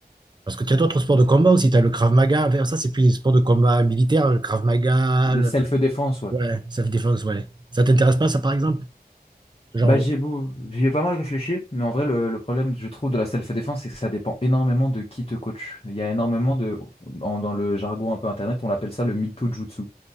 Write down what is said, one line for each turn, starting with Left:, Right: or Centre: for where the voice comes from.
Right: Parce que tu as d'autres sports de combat aussi. Tu as le Krav Maga. enfin, Ça, c'est plus des sports de combat militaire. Le Krav Maga, le-
Left: Self-défense, ouais.
Right: ouais, self défense ouais. Ça t'intéresse pas, ça, par exemple? Ce genre
Left: Bah,
Right: de.
Left: j'y ai, beau- j'y ai pas mal réfléchi, mais en vrai, le, le problème, je trouve, de la self-défense, c'est que ça dépend énormément de qui te coach. Il y a énormément de. en- dans le jargon un peu internet, on appelle ça le mytho-jutsu.